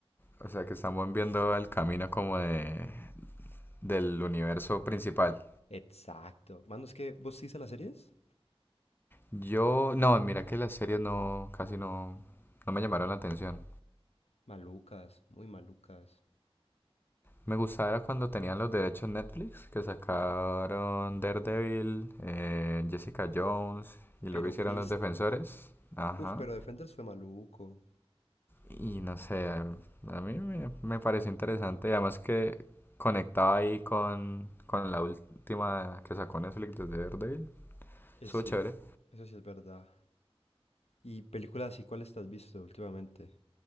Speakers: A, on the left; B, on the left.
A: O sea, que estamos viendo el camino como de, del universo principal.
B: Exacto. Mano, es que vos sí a las series?
A: Yo, no, mira que las series no, casi no, no me llamaron la atención.
B: Malucas, muy malucas.
A: Me gustaba era cuando tenían los derechos Netflix, que sacaron Daredevil, eh, Jessica Jones, y luego
B: Iron
A: hicieron
B: Fist.
A: Los Defensores. Ajá.
B: Uf, pero Defenders fue maluco.
A: Y no sé, a a mí me, me pareció interesante. Y además que conectaba ahí con, con la última que sacó Netflix desde Daredevil.
B: Eh,
A: Estuvo
B: sí,
A: chévere.
B: eso sí es verdad. ¿Y películas así cuáles te has visto últimamente?